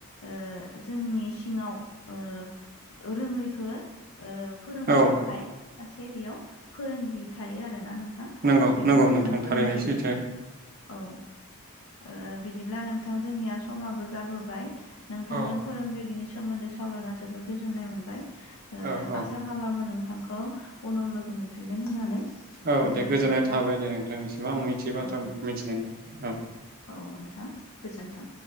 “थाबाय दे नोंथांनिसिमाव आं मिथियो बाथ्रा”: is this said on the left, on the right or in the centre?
Right